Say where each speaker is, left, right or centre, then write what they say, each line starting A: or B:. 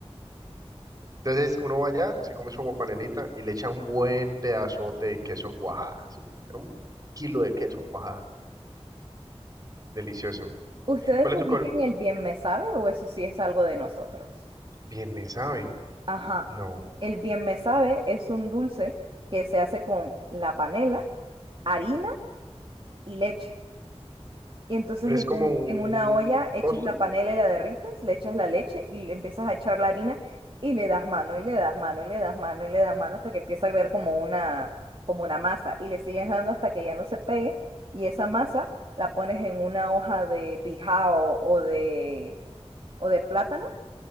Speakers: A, on the right (about 35°); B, on the right (about 50°).
A: Entonces uno va allá, se come su aguapanelita y le echa un buen pedazote de queso cuajada, sí, pero Un kilo de queso cuajada, delicioso.
B: ¿Ustedes
A: ¿Cuál es
B: ubican
A: tu, co-
B: el bien me sabe o eso sí es algo de nosotros?
A: Bien me sabe.
B: Ajá.
A: No.
B: El bien me sabe es un dulce que se hace con la panela, harina y leche. Y entonces
A: Pero
B: en,
A: es como
B: un-
A: un
B: en una olla echas
A: postre.
B: la panela y la derrites, le echas la leche y le empiezas a echar la harina y le das mano y le das mano y le das mano y le das mano hasta que empieza a ver como una, como una masa y le sigues dando hasta que ya no se pegue y esa masa la pones en una hoja de bijao o de, o de plátano